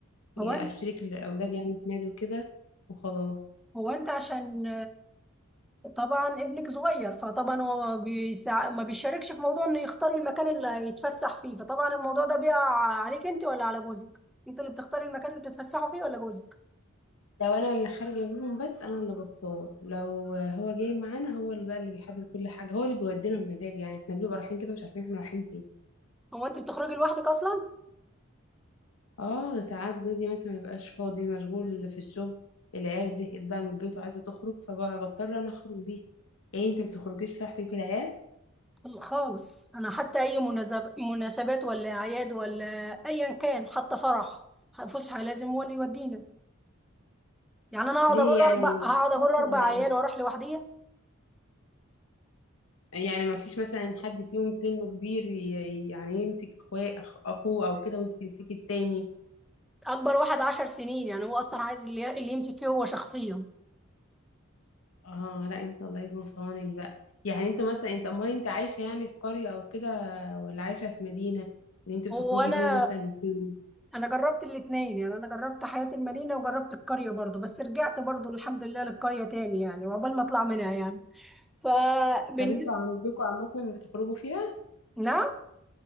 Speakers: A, on the left (about 75°); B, in the centre.
A: يعني
B: هو
A: اشترك لاولادي يعني في نادي وكده وخلاص
B: هو انت عشان آه، طبعا ابنك صغير فطبعا هو بيسع... ما بيشاركش في موضوع انه يختار المكان اللي هيتفسح فيه فطبعا الموضوع ده بيقع عليك انت ولا على جوزك انت اللي بتختاري المكان اللي بتتفسحوا فيه ولا جوزك
A: لو انا اللي خارجه بيهم بس انا اللي بتصور لو هو جاي معانا هو اللي بقى اللي بيحدد كل حاجه هو اللي بيودينا بمزاج يعني احنا بنبقى رايحين كده مش عارفين احنا رايحين فين
B: هو انت بتخرجي لوحدك اصلا
A: اه ساعات جوزي مثلا ما بيبقاش فاضي مشغول في الشغل العيال زهقت بقى من البيت وعايزه تخرج فبضطر انا اخرج بيه ايه انت ما بتخرجيش لوحدك بالعيال
B: لا خالص انا حتى اي مناسب... مناسبات ولا اعياد ولا ايا كان حتى فرح فسحه لازم هو اللي يودينا يعني انا هقعد
A: ليه
B: اجر
A: يعني
B: اربع هقعد اجر
A: ولا
B: اربع عيال
A: ايه
B: واروح لوحدي
A: يعني ما فيش مثلا حد فيهم سنه كبير ي- يعني يمسك اخوه أخ- اخوه او كده وانت تمسكي التاني
B: اكبر واحد عشر سنين يعني هو اصلا عايز اللي, اللي يمسك فيه هو شخصيا
A: اه لا انت الله يكون في عونك بقى يعني انت مثلا انت امال انت عايشه يعني في قريه او كده ولا عايشه في مدينه اللي انت بتخرجي
B: هو انا
A: بيهم مثلا فين
B: انا جربت الاتنين يعني انا جربت حياة المدينة وجربت القرية برضو بس رجعت برضو الحمد لله للقرية تاني يعني وعقبال ما اطلع منها يعني فبالنسبة
A: طب انتوا عندكم اماكن بتخرجوا فيها
B: نعم